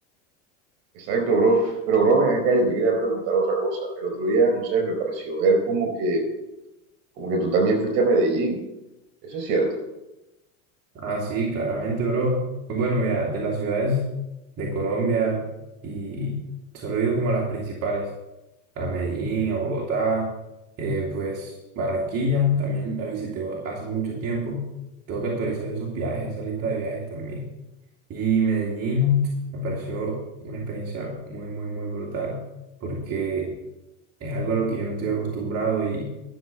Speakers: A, on the right; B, on the right.
A: Exacto, bro. Pero, bro, ven acá, yo te quería preguntar otra cosa. El otro día, no sé, me pareció ver como que, como que tú también fuiste a Medellín. Eso es cierto.
B: Ah, sí, claramente, bro. Pues bueno, mira, de las ciudades de Colombia y solo he ido como a las principales. a Medellín, a Bogotá, eh, pues Barranquilla también la visité hace mucho tiempo. Tengo que actualizar esos viajes, esa lista de viajes también. Y Medellín <tsk> me pareció una experiencia muy, muy, muy brutal porque es algo a lo que yo no estoy acostumbrado y